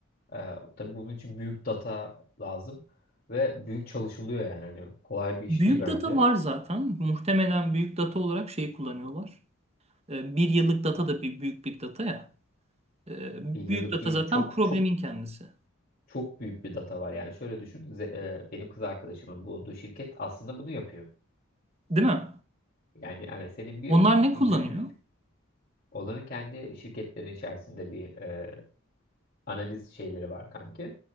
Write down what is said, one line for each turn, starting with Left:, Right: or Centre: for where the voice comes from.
Left: E, tabii bunun için büyük data lazım ve büyük çalışılıyor yani. Hani kolay bir iş
Right: Büyük
Left: değil bence.
Right: data var zaten. Muhtemelen büyük data olarak şeyi kullanıyorlar. Ee, Bir yıllık data da bir büyük bir data ya. Ee,
Left: Bir
Right: Büyük
Left: yıllık
Right: data
Left: değil.
Right: zaten
Left: Çok
Right: problemin
Left: çok
Right: kendisi.
Left: çok büyük bir data var. Yani şöyle düşün. ze- e, benim kız arkadaşımın bulunduğu şirket aslında bunu yapıyor.
Right: Değil mi?
Left: Yani evet, senin bir
Right: Onlar ne kullanıyor?
Left: günlük onların kendi şirketlerin içerisinde bir e, analiz şeyleri var kanki.